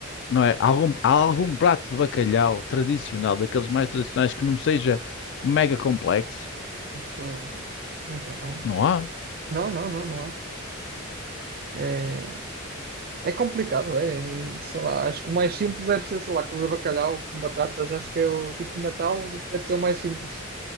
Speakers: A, on the left; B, on the right.
A: não é? Algum, há algum prato de bacalhau tradicional, daqueles mais tradicionais, que não seja mega complexo?
B: Isso- Então não.
A: Não há,
B: Não, não, não, não há. É, É complicado, é. Sei lá, acho que o mais simples deve ser, sei lá, cozer bacalhau com batatas. Acho que é o tipo de Natal, isso deve ser o mais simples.